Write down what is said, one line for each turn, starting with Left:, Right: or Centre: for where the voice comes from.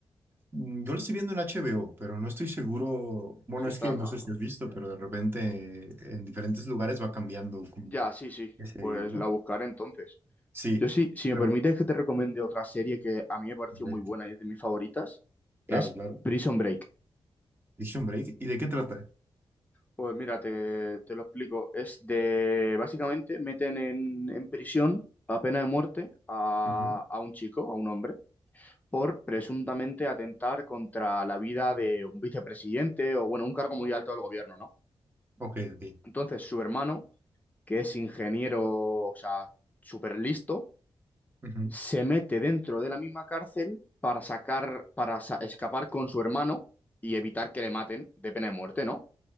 Right: Mm, Yo lo estoy viendo en HBO, pero no estoy seguro. Bueno,
Left: Si está
Right: es que
Left: en
Right: no
Left: más,
Right: sé
Left: ¿no?
Right: si has visto,
Left: Ya.
Right: pero de repente eh, en diferentes lugares va cambiando como
Left: Ya, sí, sí.
Right: qué series,
Left: Pues
Right: ¿no?
Left: la buscaré entonces.
Right: Sí,
Left: Yo sí, si
Right: pero
Left: me permites que te recomiende otra serie que a mí me pareció
Right: a ver,
Left: muy buena y es de mis favoritas,
Right: claro,
Left: es
Right: claro.
Left: Prison Break.
Right: Vision Break. ¿Y de qué trata?
Left: Pues mira, te, te lo explico. Es de, básicamente, meten en, en prisión a pena de muerte a,
Right: Ujú.
Left: a un chico, a un hombre, por presuntamente atentar contra la vida de un vicepresidente o, bueno, un cargo muy alto del gobierno, ¿no?
Right: Ok, ok.
Left: Entonces, su hermano, que es ingeniero, o sea, súper listo,
Right: Ujú.
Left: se mete dentro de la misma cárcel para sacar, para sa- escapar con su hermano y evitar que le maten de pena de muerte, ¿no?